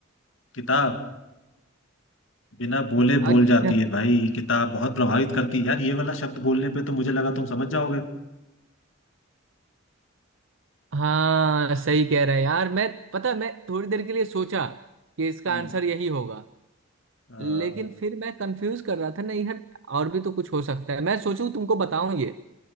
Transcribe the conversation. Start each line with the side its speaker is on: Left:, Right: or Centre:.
Left: किताब बिना बोले
Right: अच्छा
Left: बोल जाती है भाई किताब बहुत प्रभावित करती है यार ये वाला शब्द बोलने पे तो मुझे लगा तुम समझ जाओगे
Right: हाँ सही कह रहा है यार मैं पता मैं थोड़ी देर के लिए सोचा कि इसका
Left: हम्म
Right: आंसर यही होगा
Left: आ,
Right: लेकिन फिर मैं कंफ्यूज कर रहा था नहीं यार और भी तो कुछ हो सकता है मैं सोचूं तुमको बताऊं ये